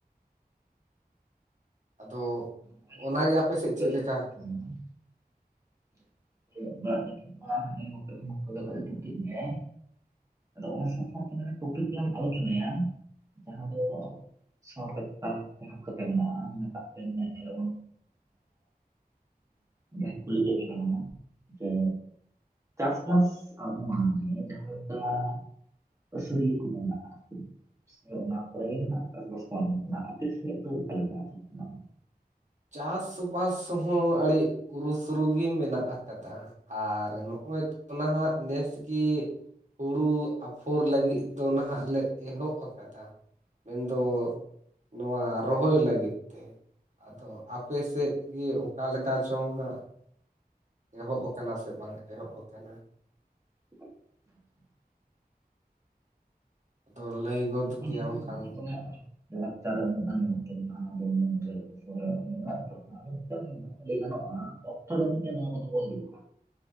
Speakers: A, on the right; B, on the right.
A: ᱟᱫᱚ
B: <unintelligible>
A: ᱚᱱᱟᱜᱮ ᱟᱯᱮ ᱥᱮᱫ ᱪᱮᱫ ᱞᱮᱠᱟ
B: <unintelligible> ᱟᱫᱚ ᱚᱱᱟ ᱥᱟᱶ ᱥᱟᱶᱛᱮ <inaudible> ᱴᱚᱯᱤᱠ ᱮᱢ ᱟᱞᱳᱪᱚᱱᱟᱭᱟ ᱡᱟᱦᱟᱸ ᱫᱚ ᱥᱟᱳ ᱛᱮ ᱢᱮᱱᱟᱜᱼᱟ ᱢᱮᱛᱟᱜ ᱵᱚᱱ ᱡᱟᱦᱟᱧ ᱠᱩᱞᱤ ᱠᱮᱫ ᱵᱤᱱᱟ ᱡᱮ ᱪᱟᱥᱵᱟᱥ ᱟᱵᱚ ᱢᱟᱱᱢᱤ ᱡᱟᱦᱟᱸ ᱞᱮᱠᱟ ᱟᱹᱥᱟᱹᱲᱤᱭᱟᱹ ᱠᱚ ᱢᱮᱱᱟ ᱟᱨᱠᱤ ᱥᱮ ᱚᱱᱟ ᱠᱚᱨᱮ ᱜᱮ ᱦᱟᱜ ᱪᱟᱥᱵᱟᱥ ᱠᱚ ᱮᱢ ᱠᱟᱱᱟ ᱟᱯᱮ ᱥᱮᱫ ᱫᱚ ᱚᱠᱟᱞᱮᱠᱟ ᱚᱱᱟ ᱫᱚ
A: ᱪᱟᱥᱵᱟᱥ ᱦᱚᱸ ᱟᱹᱰᱤ ᱩᱨᱩ ᱥᱩᱨᱩ ᱜᱤ ᱢᱮᱱᱟᱜ ᱟᱠᱟᱫᱟ ᱟᱨ ᱟᱨ ᱱᱚᱜᱼᱚᱭ ᱱᱟᱦᱟᱜ ᱱᱮᱥᱜᱮ ᱦᱩᱲᱩ ᱟᱯᱷᱚᱨ ᱞᱟᱹᱜᱤᱫ ᱫᱚ ᱱᱟᱦᱟᱜ ᱞᱮ ᱮᱦᱚᱵ ᱟᱠᱟᱫᱟ ᱢᱮᱱᱫᱚ ᱱᱚᱣᱟ ᱨᱚᱦᱚᱭ ᱞᱟᱹᱜᱤᱫ ᱛᱮ ᱟᱫᱚ ᱟᱯ ᱥᱮᱡ ᱜᱮ ᱚᱠᱟᱮ ᱞᱮᱠᱟ ᱪᱚᱝ ᱦᱟᱸᱜ ᱮᱦᱚᱵ ᱟᱠᱟᱱᱟ ᱥᱮ ᱵᱟᱝ ᱮᱦᱚᱵ ᱟᱠᱟᱱᱟ
B: <inaudible>
A: ᱟᱫᱚ ᱞᱟᱹᱭ ᱜᱚᱫ
B: <unintelligible> <unintelligible>
A: ᱠᱮᱭᱟᱢ ᱠᱷᱟᱱ
B: ᱞᱟᱹᱭ ᱜᱟᱱᱚᱜᱼᱟ ᱚᱠᱛᱚ ᱡᱟᱹᱱᱤᱡ ᱜᱮ ᱱᱚᱣᱟ ᱠᱚᱫᱚ <inaudible> ᱦᱩᱭᱩᱜᱼᱟ